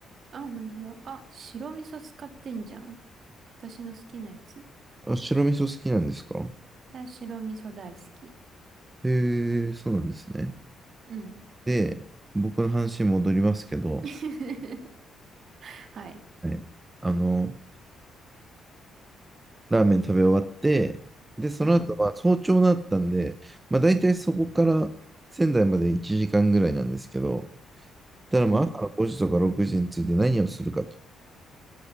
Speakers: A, on the right (about 55°); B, on the right (about 20°).
A: あ、本当だ。あ、白味噌使ってんじゃん。私の好きなやつ。
B: あ、白味噌好きなんですか
A: だ、白味噌大好き。
B: へえ、そうなんですね。
A: うん。
B: で、僕の話に戻りますけど、
A: <laughs> はい。
B: はい。あの、ラーメン食べ終わって、で、その後、
A: はい。
B: まあ、早朝だったんで、まあ、大体そこから仙台まで1時間ぐらいなんですけど、ただまあ、
A: うん。
B: 朝の5時とか6時について何をするかと。